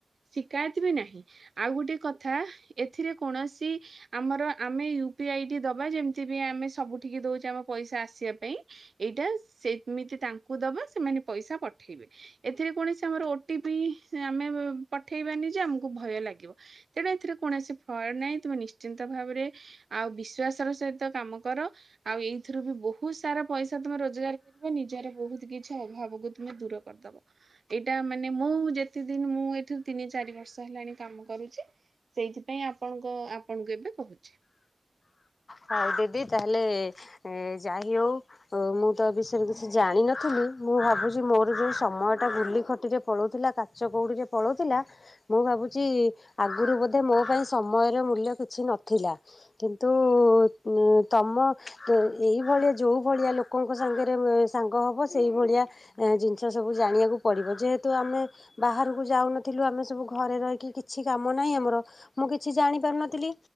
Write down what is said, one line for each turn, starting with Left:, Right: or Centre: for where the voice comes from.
Right: ଶିକାୟତ ବି ନାହିଁ। ଆଉ ଗୋଟେ କଥା ଏଥିରେ କୌଣସି ଆମର ଆମେ ୟୁ ପି ଆଇ ଟି ଦବା ଯେମତି ବି ଆମେ ସବୁଠିକି ଦଉଛେ ଆମ ପଇସା ଆସିବା ପାଇଁ। ଏଇଟା ସେମିତି ତାଙ୍କୁ ଦବା ସେମାନେ ପଇସା ପଠେଇବେ। ଏଥିରେ କୌଣସି ଆମର ଓ ଟି ପି ଆମେ ପଠେଇବାନି ଯେ ଆମକୁ ଭୟ ଲାଗିବ। ତେଣୁ ଏଥିରେ କୌଣସି ଫୟଡ଼୍ ନାହିଁ ତମେ ନିଶ୍ଚିନ୍ତ ଭାବରେ ଆଉ ବିଶ୍ଵାସ ର ସହିତ କାମ କର ଆଉ ଏଇଥିରୁ ବି ବହୁତ ସାରା ପଇସା ତମେ ରୋଜଗାର ନିଜର ବହୁତ୍ କିଛି ଅଭାବ କୁ ତୁମେ ଦୂର କରିଦେବ। ଏଇଟା ମାନେ ମୁଁ ଯେତେ ଦିନ ମୁଁ ଏଠୁ ତିନି, ଚାରି ବର୍ଷ ହେଲାଣି କାମ କରୁଛି। ସେଇଥିପାଇଁ ଆପଣଙ୍କ ଆପଣଙ୍କୁ ଏବେ କହୁଛି।
Left: ହଉ ଦିଦି ତାହେଲେ ଯାଇ ହଉ ଓ ମୁଁ ତ ବିଷୟରେ କିଛି ଜାଣିନଥିଲି। ମୁଁ ଭାବୁଛି ମୋର ଯୋଉ ସମୟ ଟା ଗୁଲି ଖଟିରେ ପଳଉଥିଲା ତା ଚ କୋଉଠିକି ପଳଉଥିଲା। ମୁଁ ଭାବୁଛି ଆଗରୁ ବୋଧେ ମୋ ପାଇଁ ସମୟର ମୂଲ୍ୟ କିଛି ନଥିଲା। କିନ୍ତୁ ତୁ ଉଁ ତମ ତ ଏଇଭଳିଆ ଯୋଉ ଭଳିଆ ଲୋକଙ୍କ ସାଙ୍ଗରେ ସାଙ୍ଗ ହବ ସେଇଭଳିଆ ଏ ଜିନିଷ ସବୁ ଜାଣିବାକୁ ପଡି଼ବ। ଯେହେତୁ ଆମେ ବାହାରକୁ ଯାଉନଥିଲୁ ଆମେ ସବୁ ଘରେ ରହିକି କିଛି କାମ ନାହିଁ ଆମର ମୁଁ କିଛି ଜାଣି ପାରୁନଥିଲି।